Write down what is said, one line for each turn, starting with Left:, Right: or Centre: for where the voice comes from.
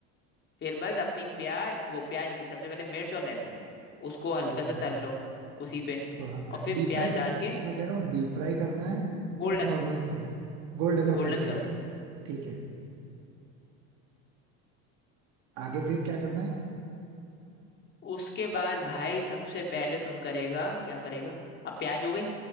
Left: फिर बस अपनी प्याज वो प्याज नहीं सबसे पहले मिर्च और लहसुन उसको
Right: ठीक
Left: हल्का सा
Right: है
Left: तल लो उसी पे
Right: इसको हाँ
Left: और फिर
Right: डीप
Left: प्याज
Right: फ्राई
Left: डाल के
Right: मैं कह रहा हूँ डीप फ्राई करना है कि
Left: गोल्डन
Right: बस normally fry Golden okay
Left: गोल्डन
Right: okay okay
Left: कलर
Right: ठीक है आगे फिर क्या करना है
Left: उसके बाद भाई सबसे पहले तुम करेगा क्या करेगा अब प्याज हो गई